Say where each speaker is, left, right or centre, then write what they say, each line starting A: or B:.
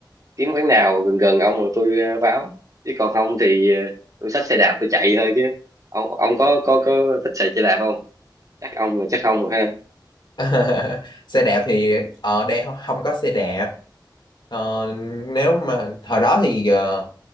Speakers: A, on the right (about 45°); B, on the left (about 65°).
A: kiếm quán nào gần gần ông rồi tôi ờ, báo chứ còn không thì ờ, tôi xách xe đạp tôi chạy thôi chứ ông ông có có có thích chạy xe đạp không chắc ông rồi chắc không rồi ha
B: <laughs> xe đạp thì ờ, đang không có xe đạp Ờ, nếu mà thời đó thì ờ,